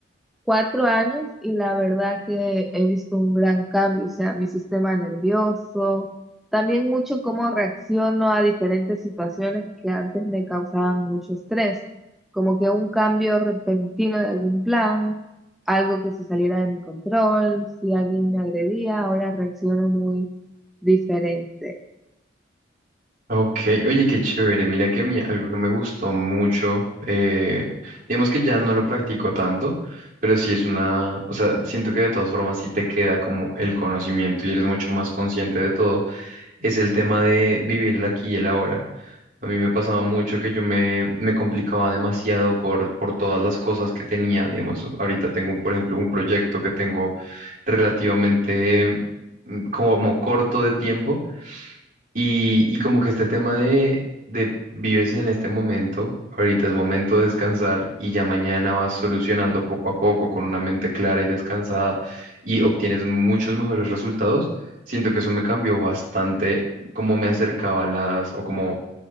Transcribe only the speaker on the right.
Ok, oye, qué chévere. Mira que a mí algo que me gustó mucho, eh, digamos que ya no lo practico tanto, pero sí es una, o sea, siento que de todas formas sí te queda como el conocimiento y eres mucho más consciente de todo, es el tema de vivir el aquí y el ahora. A mí me pasaba mucho que yo me, me complicaba demasiado por, por todas las cosas que tenía. Digamos, ahorita tengo, por ejemplo, un proyecto que tengo relativamente mm, como corto de tiempo Y, y como que este tema de, de vives en este momento, ahorita es momento de descansar y ya mañana vas solucionando poco a poco con una mente clara y descansada y obtienes muchos mejores resultados, siento que eso me cambió bastante cómo me acercaba a las o cómo,